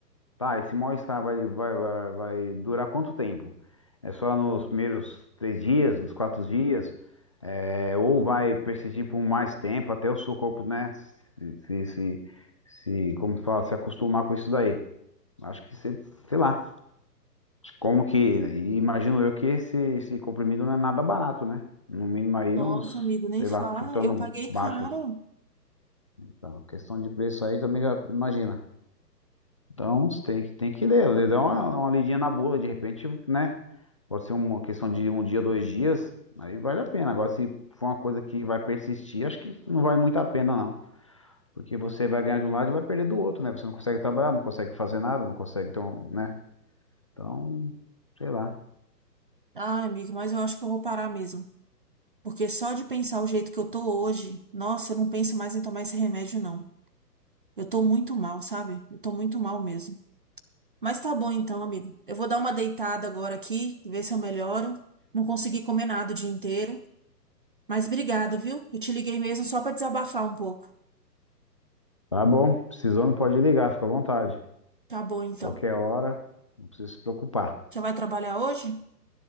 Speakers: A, on the left; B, on the right.
A: Tá, esse mal-estar vai, vai, vai, vai durar quanto tempo? É só nos primeiros três dias, nos quatro dias? É, ou vai persistir por mais tempo até o seu corpo, né? Se, se, se, se- como se fala, se acostumar com isso daí. Acho que você, sei lá. Como que. E imagino eu que esse, esse comprimido não é nada barato, né? No mínimo aí
B: Nossa,
A: uns,
B: amigo, nem
A: sei
B: fala.
A: lá, chutando
B: Eu paguei
A: baixos.
B: caro.
A: Então, questão de preço aí também já imagina. Então, você tem, que- tem que ler, ler, dar uma, uma lidinha na bula, de repente, né? Pode ser uma questão de um dia, dois dias, aí vale a pena. Agora, se for uma coisa que vai persistir, acho que não vale muito a pena, não. Porque você vai ganhar de um lado e vai perder do outro, né? Você não consegue trabalhar, não consegue fazer nada, não consegue ter um, né? Então, sei lá.
B: Ai, amigo, mas eu acho que eu vou parar mesmo. Porque só de pensar o jeito que eu tô hoje, nossa, eu não penso mais em tomar esse remédio, não. Eu tô muito mal, sabe? Eu tô muito mal mesmo. Mas tá bom então, amigo. Eu vou dar uma deitada agora aqui, ver se eu melhoro. Não consegui comer nada o dia inteiro. Mas obrigado, viu? Eu te liguei mesmo só pra desabafar um pouco.
A: Tá bom, precisando pode ligar, fica à vontade.
B: Tá bom então.
A: Qualquer hora, não precisa se preocupar.
B: Você vai trabalhar hoje?